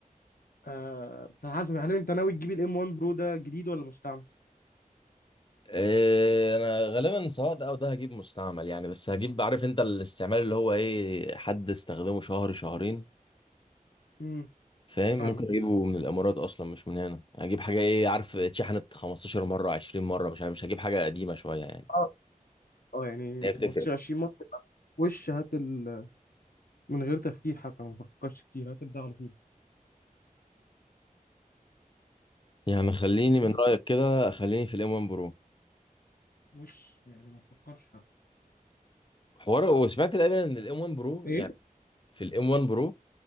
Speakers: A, on the left; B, on the left.
A: آه فحسب هل انت ناوي تجيب الام 1 برو ده جديد ولا مستعمل؟
B: آه، انا غالبا سواء ده او ده هجيب مستعمل يعني بس هجيب عارف انت الاستعمال اللي هو ايه حد استخدمه شهر شهرين
A: امم
B: فاهم ممكن
A: فاهم
B: اجيبه من الامارات اصلا مش من هنا اجيب حاجه ايه عارف اتشحنت 15 مره 20 مره مش عارف مش هجيب حاجه قديمه شويه يعني
A: اه اه يعني
B: هي بتفرق
A: 15 20 مره وش هات ال... من غير تفكير حتى ما تفكرش كتير هات البتاع على طول
B: يعني خليني
A: فاهمني
B: من رايك كده خليني في الام 1 برو
A: مش يعني ما تفكرش حتى
B: حوار وسمعت الامانه ان الام 1 برو
A: ايه
B: يعني في الام 1 برو